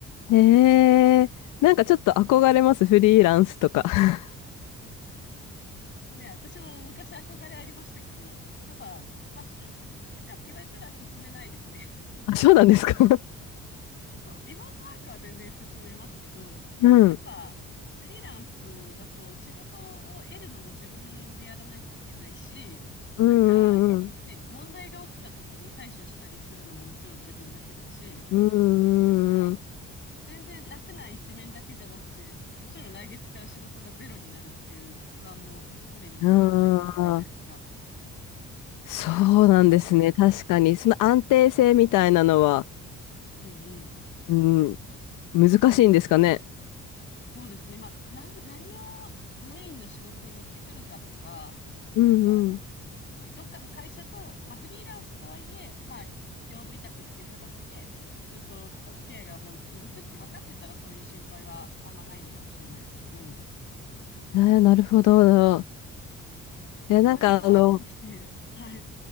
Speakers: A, on the left; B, on the left.
A: ど。へえ。なんかちょっと憧れます。フリーランスとか。<laughs>
B: ね、私も昔憧れありましたけど、やっぱ、まあ人に勧めるかって言われたら勧めないですね。
A: あ、そうなんですか <laughs>
B: <laughs> そう、リモートワークは全然勧めますけど、
A: うん。
B: やっぱ、フリーランスだと仕事を得るのも自分でやらないといけないし、
A: うんうんうん。
B: なんか、ね、問題が起きた時に対処したりするのももちろん自分だけだし、
A: うんうん
B: なんか、全然楽な一面だけじゃなくて、もちろん来月から仕事がゼロになるっていう不安も常に持っとかないといけないじゃないですか。
A: うん。ああ。そうなんですね。
B: そう、だから、
A: 確かに。その安定性みたいなのは、
B: うんうん。
A: うん、難しいんですかね。
B: ね。そうですね。まあ、なん、何をメインの仕事に持ってくるかとか、
A: うんうん。
B: なんか、ね、どっかの会社と、まあ、フリーランスとはいえ、まあ、業務委託っていう形で、ずっとお付き合いがもう続くって分かってたら、そういう心配はあんまないのかもしれないですけど、
A: えーなるほど。
B: なんかね、私は割と、
A: えーなんか、あの、
B: あ、ですね、はい。